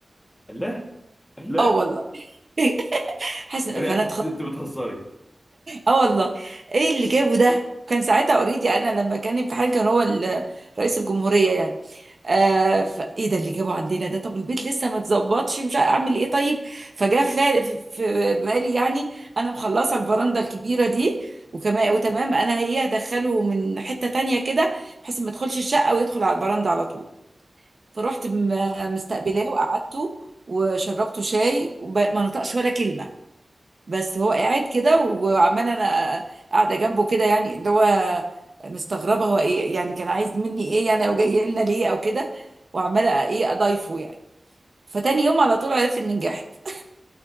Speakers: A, on the left (about 15°); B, on the right (about 55°).
A: الله الله
B: اه والله <laughs> حسن
A: لا
B: فانا
A: انت
B: اتخض
A: أنت بتهزري
B: اه والله ايه اللي جابه ده كان ساعتها اوريدي انا لما كان في حال كان هو ال- رئيس الجمهوريه يعني آه فايه ده اللي جابه عندنا ده طب البيت لسه ما اتظبطش مش عارف اعمل ايه طيب فجاء في في- في بالي يعني انا مخلصه الفرنده الكبيره دي وكمان وتمام انا هي هدخله من حته تانية كده بحيث ما يدخلش الشقه ويدخل على البرندة على طول فروحت م- مستقبلاه وقعدته وشربته شاي وما نطقش ولا كلمة بس هو قاعد كده وعمال انا قاعدة جنبه كده يعني اللي هو مستغربة هو ايه يعني كان عايز مني ايه يعني او جاي لنا ليه او كده وعمالة ايه اضايفه يعني فتاني يوم على طول عرفت اني نجحت <laughs>